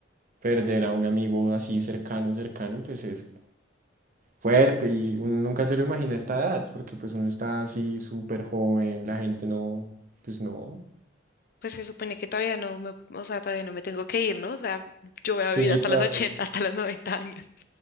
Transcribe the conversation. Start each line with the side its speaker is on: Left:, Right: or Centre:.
Right: perder a un amigo así cercano, cercano, pues es fuerte y uno nunca se lo imagina a esta edad, porque pues uno está así súper joven, la gente no, pues no,
Left: Pues se supone que todavía no me, o sea, todavía no me tengo que ir, ¿no? O sea, yo voy a
Right: sí,
Left: vivir hasta
Right: todavía.
Left: los ochenta, hasta los noventa años.